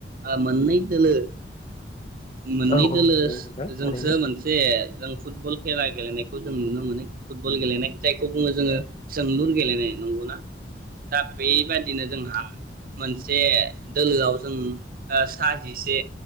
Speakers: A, on the right (about 50°); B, on the left (about 30°).
A: ओ मोननै दोलो मोननै
B: औ औ
A: दोलो
B: नंगौ नोंथां थारैनो
A: जोंसो मोनसे जों फुटबल खेला गेलेनाय खौ जों नुनो मोनो फुटबल गेलेनाय जायखौ बुङो जोङो सोंलुर गेलेनाय नंगौना दा बेबादिनो जोंहा मोनसे दोलोआव जों सा जिसे